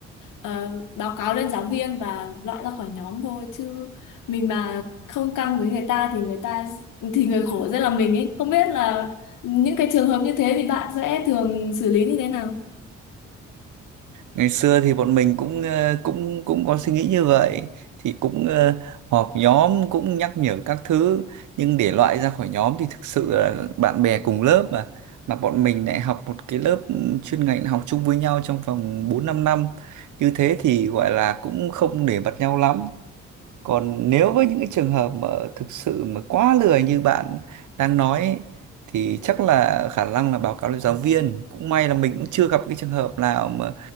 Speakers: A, on the left (about 75°); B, on the right (about 70°).
A: ờ, báo cáo lên giáo viên và loại ra khỏi nhóm thôi chứ mình mà không căng với người ta thì người ta thì người khổ sẽ là mình ấy không biết là những cái trường hợp như thế thì bạn sẽ thường xử lý như thế nào
B: ngày xưa thì bọn mình cũng ờ, cũng cũng có suy nghĩ như vậy thì cũng ờ, họp nhóm cũng nhắc nhở các thứ nhưng để loại ra khỏi nhóm thì thực sự là bạn bè cùng lớp mà mà bọn mình lại học một cái lớp ừ, chuyên ngành học chung với nhau trong vòng 4 5 năm như thế thì gọi là cũng không để mặt nhau lắm Còn nếu với những cái trường hợp mà thực sự mà quá lười như bạn đang nói ấy, thì chắc là khả năng là báo cáo lên giáo viên. Cũng may là mình cũng chưa gặp cái trường hợp nào mà